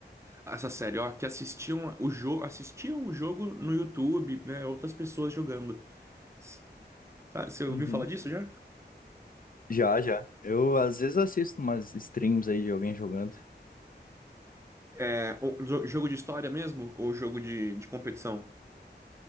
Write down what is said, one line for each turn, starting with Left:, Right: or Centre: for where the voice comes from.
Right: Essa série, ó, que assistiam o jogo, assistiam o jogo no YouTube, né? Outras pessoas jogando. S- Sabe, você ouviu
Left: Uhum.
Right: falar disso já?
Left: Já, já. Eu às vezes assisto umas streams aí de alguém jogando.
Right: É, o jo- jogo de história mesmo? Ou jogo de, de competição?